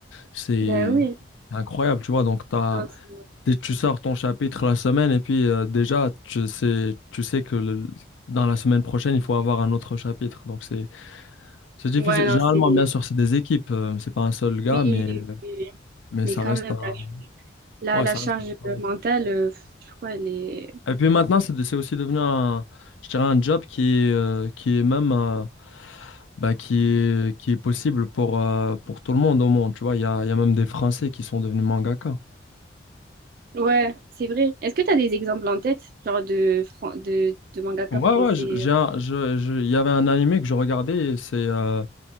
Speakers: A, on the left; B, on the right.
A: c'est
B: bah oui.
A: incroyable, tu vois. Donc, tu as,
B: Non, c'est
A: Dès que tu sors ton chapitre la semaine et puis euh, déjà tu sais, tu sais que le- dans la semaine prochaine il faut avoir un autre chapitre. Donc c'est c'est difficile.
B: Ouais, non,
A: Généralement
B: c'est...
A: bien sûr c'est des équipes, euh, c'est pas un seul gars
B: Oui,
A: mais
B: oui, oui.
A: mais
B: mais
A: ça
B: quand
A: reste
B: même,
A: un
B: la, ch- la,
A: ouais
B: la
A: ça
B: charge
A: reste un travail.
B: mentale, euh, je crois, elle est...
A: Et puis maintenant c'est de- c'est aussi devenu un je dirais un job qui est euh, qui est même euh, bah, qui est qui est possible pour euh, pour tout le monde au monde. Tu vois il y a, il y a même des Français qui sont devenus mangaka.
B: Ouais, c'est vrai. Est-ce que tu as des exemples en tête, genre de, fran- de, de mangaka
A: Ouais,
B: français?
A: ouais, je- j'ai
B: euh,
A: un- je, je- il y avait un animé que je regardais, et c'est euh,